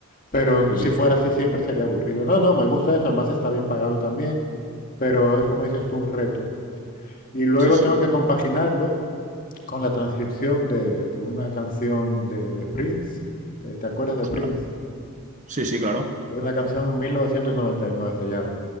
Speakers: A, on the left (about 35°); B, on the right (about 35°).
A: Pero
B: obvio.
A: si fuera así siempre sería aburrido. No, no, me gusta eso, además está bien pagado también, pero es como dices tú, un reto. Y luego
B: Sí, sí.
A: tengo que compaginarlo con la transcripción de, de una canción de, de Prince. ¿Te, te acuerdas de
B: Ostras.
A: Prince?
B: Sí, sí, claro.
A: Es una canción en 1999, se llama.